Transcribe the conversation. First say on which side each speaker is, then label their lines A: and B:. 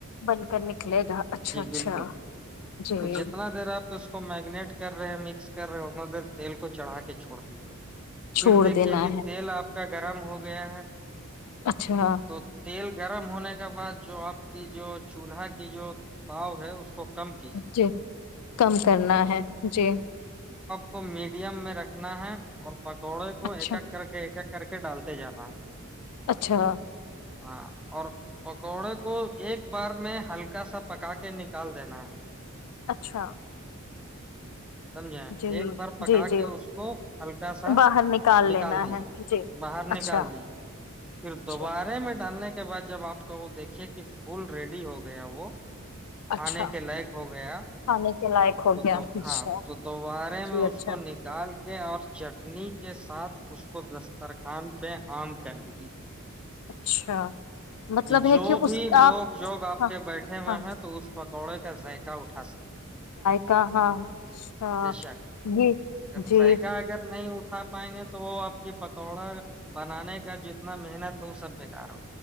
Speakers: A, on the left (about 80°); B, in the centre.
A: بن کر نکلے گا اچھا
B: جی
A: اچھا
B: بالکل
A: جی
B: تو جتنا دیر آپ اس کو میگنیٹ کر رہے ہیں مکس کر دھر تیل کو چڑھا کے چھڑتا دیج پھر
A: چھوڑ
B: دیکھیے
A: دینا
B: کہ
A: ہے
B: تیل آپ کا گرم ہو گیا ہے
A: اچھا
B: تو تیل گرم ہونے کے بعد جو آپ کی جو چولہا کی جو تاؤ ہے اس کو کم کیجیے
A: جی کم کرنا ہے جی
B: تو میڈیم میں رکھنا ہے اور پکوڑے کو
A: اچھا
B: ایکک کر کے ایکک کر کے ڈالتے جانا
A: اچھا
B: ہاں اور پکوڑے کو ایک بار میں ہلکا سا پکا کے نکال دینا
A: اچھا
B: سمجھیں
A: جی
B: ایک بار پکا
A: جی جی
B: کے اس کو ہلکا سا
A: باہر
B: نکال
A: لینا
B: دیجے
A: ہے جی
B: باہر
A: اچھا
B: نکال دیجے پھر
A: اچھا
B: دوبارہ میں ڈالنے اس کے بعد جب آپ کا وہ دیکھیے کہ فول ریڈی ہو گیا وہ کھانے
A: اچھا
B: کے لگ ہو گیا
A: کھانے کے لائق ہو
B: تو
A: گیا
B: دو
A: اچھا
B: ہاں تو دوبارہ
A: جی
B: میں
A: اچھا
B: اس کو نکال کے کیا اور چٹنی کے ساتھ اس کو دسترخوان پہ عام کر دی
A: اچھا مطلب
B: کہ جو
A: ہے
B: بھی
A: اس
B: لوگ
A: آپ
B: جوگ آپ
A: ہاں
B: کے بیٹھے ہوئے
A: ہاں
B: ہیں تو اس پکوڑے کا ذائقہ اٹھا سکے
A: کہ ہاں ہاں
B: بے شک
A: ج
B: اگر
A: جی
B: ذائقہ اگر نہیں اٹھا پائیں گے تو وہ آپ کی پکوڑا بنانے کا جتنا محنت ہو سب بےیکار ہو